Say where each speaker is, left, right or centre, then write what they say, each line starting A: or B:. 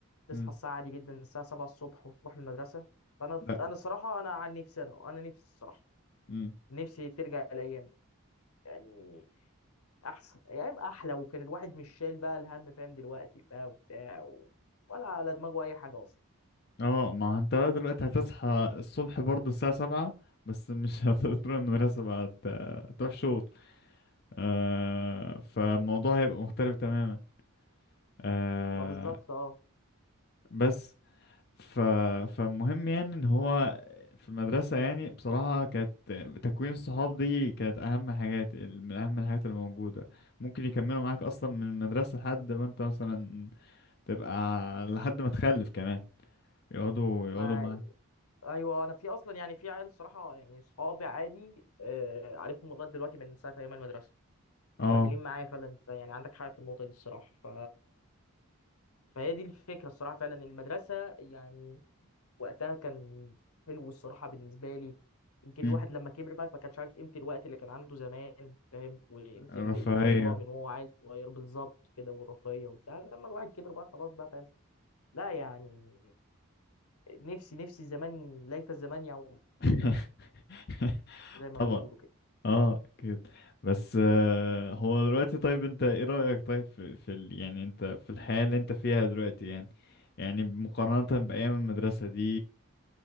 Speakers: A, on the left; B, on the left.
A: تصحى
B: مم.
A: الساعة عادي جدا الساعة 7 الصبح وتروح المدرسة فانا
B: لا
A: انا الصراحة انا عن نفسي انا انا نفسي الصراحة
B: مم.
A: نفسي ترجع الايام دي. يعني احسن ايام احلى وكان الواحد مش شايل بقى الهم فاهم دلوقتي بقى وبتاع و... ولا على دماغه اي حاجه اصلا
B: اه ما هو انت بقى دلوقتي هتصحى الصبح برضه الساعة سبعة بس مش <laughs> هتروح المدرسة بقى ت- تروح شغل آه فالموضوع هيبقى مختلف تماما آه
A: ما بالظبط اه
B: بس ف... فالمهم يعني ان هو في المدرسة يعني بصراحة كانت تكوين الصحاب دي كانت اهم حاجات من اهم الحاجات اللي موجودة ممكن يكملوا معاك اصلا من المدرسة لحد ما انت مثلا تبقى لحد ما تخلف كمان يقعدوا يقعدوا
A: ما
B: معاك
A: ايوه انا في اصلا يعني في عيال صراحه يعني صحابي عادي آه عارفهم لغايه دلوقتي من ساعه ايام المدرسه مكملين
B: اه
A: معايا فعلا إنت يعني عندك حق في النقطه دي الصراحه ف... فهي دي الفكره الصراحه فعلا المدرسه يعني وقتها كان حلو الصراحه بالنسبه لي يمكن
B: مم.
A: الواحد لما كبر بقى ما كانش عارف قيمه الوقت اللي كان عنده زمان فاهم وقيمه
B: رفاهية
A: ال- الموضوع من وهو عيل صغير بالظبط كده والرفاهيه وبتاع لما الواحد كبر بقى خلاص بقى فاهم لا يعني نفسي نفسي زمان ليت الزمان يعود
B: <laughs>
A: فاهم زي ما
B: طبعا
A: بيقولوا كده
B: اه اكيد بس آه، هو دلوقتي طيب انت ايه رأيك طيب في, في ال... يعني انت في الحياة اللي انت فيها دلوقتي يعني يعني مقارنة بأيام المدرسة دي